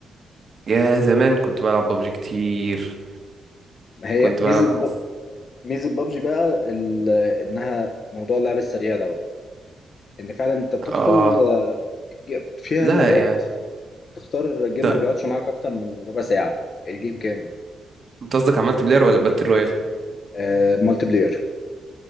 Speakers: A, on the right (about 35°); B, on the left (about 40°).
A: يا زمان كنت بلعب ببجي كتير
B: ما هي
A: كنت
B: ميزه
A: بلعب
B: ب-
A: اوف
B: ميزه ببجي بقى ال- انها موضوع اللعب السريع دوت ان فعلا انت بتدخل
A: اه
B: آه، فيها
A: لا
B: مابات
A: يعني
B: تختار الجيم
A: ده
B: ما بيقعدش معاك اكتر من ربع ساعه الجيم كامل
A: انت قصدك عملت بلاير ولا باتل رويال
B: آه مالتي بلاير